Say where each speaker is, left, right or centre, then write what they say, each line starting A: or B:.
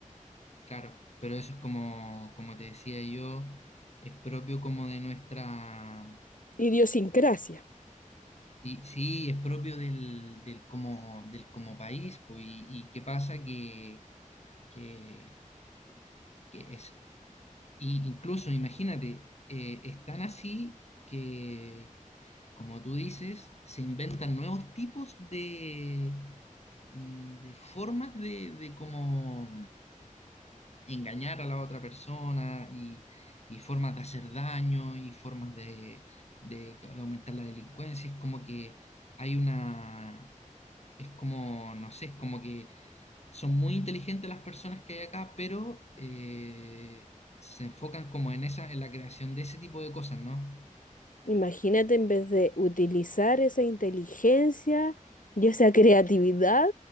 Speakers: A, on the left (about 50°); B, on the left (about 75°).
A: claro, pero eso es como, como te decía yo, es propio como de nuestra
B: Idiosincrasia.
A: Y sí, es propio del, del como, del como país, pues, y, y qué pasa que, que, que es, i- incluso imagínate, eh, es tan así que, como tú dices, se inventan nuevos tipos de, mm, de formas de, de cómo engañar a la otra persona y, y formas de hacer daño y formas de, de de aumentar la delincuencia. Es como que hay una es como, no sé, es como que son muy inteligentes las personas que hay acá, pero eh, se enfocan como en esa, en la creación de ese tipo de cosas, ¿no?
B: Imagínate en vez de utilizar esa inteligencia y esa creatividad